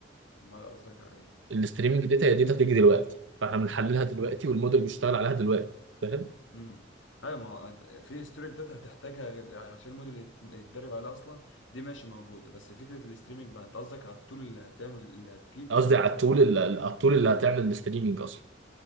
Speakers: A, on the left; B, on the right.
A: امال قصدك على ايه
B: الستريمنج داتا هي داتا بتيجي دلوقتي فاحنا بنحللها دلوقتي والموديل بيشتغل عليها دلوقتي فاهم
A: امم ايوه ما هو هت- في ستوريك داتا هتحتاجها غير عشان الموديل يت- يتدرب عليه اصلا دي ماشي موجوده بس فكره الاستريمنج بقى انت قصدك على التول اللي هتعمل اللي هتجيب
B: قصدي
A: ولا
B: على
A: انت
B: التول
A: قصدك
B: اللي... على التول اللي هتعمل الستريمنج اصلا